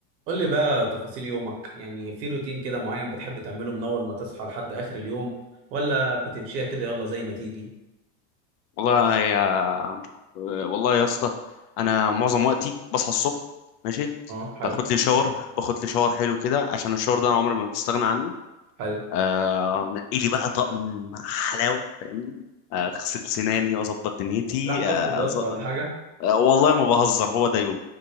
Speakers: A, on the right; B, on the left.
A: قول لي بقى تفاصيل يومك يعني في روتين كده معين بتحب تعمله من اول ما تصحى لحد اخر اليوم ولا بتمشيها كده يلا زي ما تيجي
B: والله يا والله يا اسطى انا معظم وقتي بصحى الصبح ماشي
A: اه حلو
B: باخد لي شاور باخد لي شاور حلو كده عشان الشاور ده انا عمري ما بستغنى عنه
A: حلو
B: آه نقي لي بقى طقم حلاوه فاهمني آه، اغسل سناني واظبط دنيتي
A: راح تخطب
B: آه
A: يا اسطى
B: أز...
A: ولا حاجه
B: آه والله ما بهزر هو ده يوم